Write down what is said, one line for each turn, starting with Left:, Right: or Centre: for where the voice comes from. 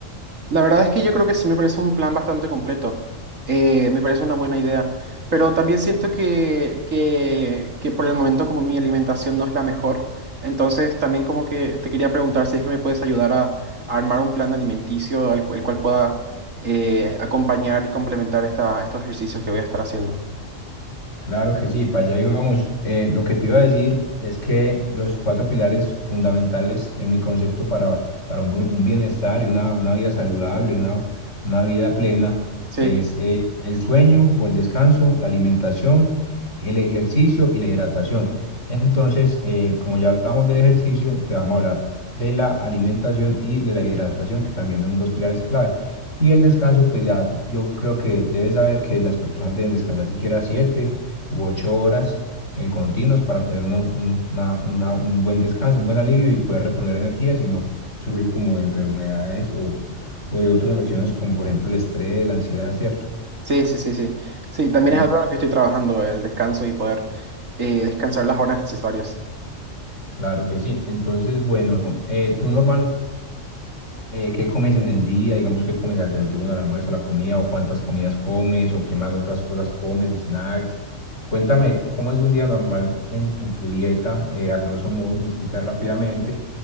Right: La verdad es que yo creo que sí me parece un plan bastante completo. Eh, me parece una buena idea. Pero también siento que, que, que por el momento como mi alimentación no es la mejor, entonces también como que te quería preguntar si es que me puedes ayudar a, a armar un plan alimenticio al, cu- el cual pueda eh, acompañar y complementar esta, estos ejercicios que voy a estar haciendo.
Left: Claro que sí, para allá íbamos. Eh, lo que te iba a decir es que los cuatro pilares fundamentales en mi concepto para, para un, bu- un bienestar y una, una vida saludable, una, una vida plena,
Right: Sí.
Left: es eh, el sueño o el descanso, la alimentación, el ejercicio y la hidratación. Entonces, eh, como ya hablamos del ejercicio, te vamos a hablar de la alimentación y de la hidratación, que también son dos pilares clave. Y el descanso, pues ya yo creo que debes saber que las personas deben descansar siquiera siete u ocho horas eh, continuas para tener una- un, una- una- un buen descanso, un buen alivio y poder reponer energías y no sufrir como de enfermedades o, o de otras afecciones como por ejemplo el estrés, la ansiedad, ¿cierto?
Right: Sí, sí, sí, sí. Sí, también
Left: Mm,
Right: es algo en lo que estoy trabajando, el descanso y poder eh, descansar las horas necesarias.
Left: Claro que sí. Entonces, bueno, eh, tú normalmente... eh, ¿qué comes en el día? Digamos, ¿qué comes al desayuno, al almuerzo, a la comida? ¿O cuántas comidas comes? ¿O qué más otras cosas comes? ¿Snacks? Cuéntame, ¿cómo es un día normal en, en tu dieta? Eh, a grosso modo, me explicas rápidamente.